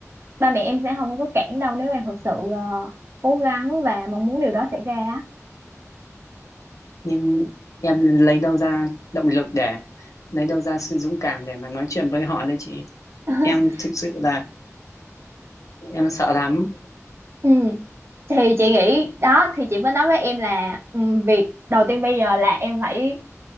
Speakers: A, on the right; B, on the left.
A: ba mẹ em sẽ không có cản đâu nếu em thực sự ờ, cố gắng và mong muốn điều đó xảy ra á.
B: nhưng em lấy đâu ra động lực để lấy đâu ra sự dũng cảm để mà nói chuyện với họ đấy chị
A: <laughs>
B: em thực sự là em sợ lắm
A: ừ. thì chị nghĩ đó thì chị mới nói với em là ừ, việc đầu tiên bây giờ là em phải